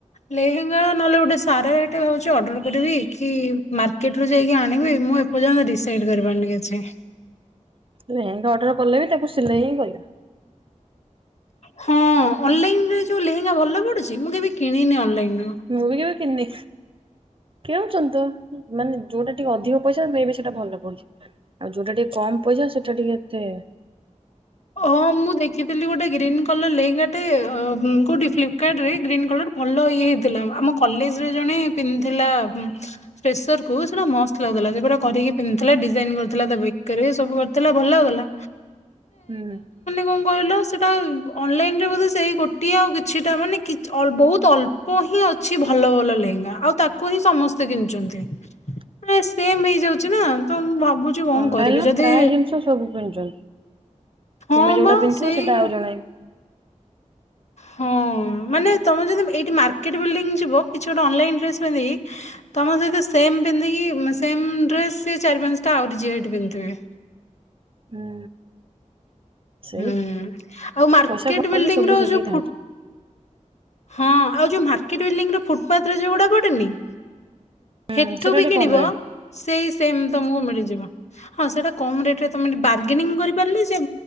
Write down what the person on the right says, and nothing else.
ଲେହେଙ୍ଗା ଅର୍ଡର କଲେବି ତାକୁ ସିଲେଇହିଁ କରିବ।
ମୁଁବି କେବେ କିିଣିନି କିଣୁଚନ୍ତିତ ମାନେ ଯୋଉଟା ଟିକେ ଅଧିକ ପଇସା ମେବି ସେଇଟା ଭଲ ପଡ଼ୁଚି, ଆଉ ଯୋଉଟା ଟିକେ କମ୍ ପଇସା ସେଟା ଟିକେ ଏତେ <inaudible>
ହୁଁ
<inaudible>
ଅନଲାଇନ
ର
ପ୍ରାୟ ଜିନିଷ ସବୁ ପିନ୍ଧିୁଚନ୍ତି
ତୁମେ ଯୋଉଟା
ପିନ୍ଧିଥିବ
ସେଟା ଆଉ ଜଣେଇବି
ହୁଁ ସେଇ
ପଇସା କଲେ
ସବୁ ସେଇଠି
ଥାଏ।
ହୁଁ
ସେଟା ଟିକେ
କମ ରେଟ